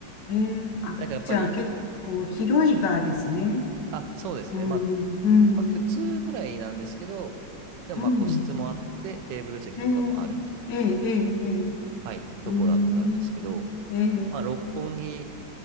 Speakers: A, on the left (about 65°); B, on the right (about 70°).
A: ええ、あ、
B: なんかやっぱり、
A: じゃあ結構広いバーですね。
B: あ、そうですね。
A: うん、
B: まあ、
A: うん、
B: まあ普通ぐらいなんですけど、でもまあ個室もあって、
A: うん。
B: テーブル席とかもあるみたいな、
A: ええ、ええ、ええ、ええ
B: はい、とこだったんですけど、
A: うん。ええ、
B: まあ、六本木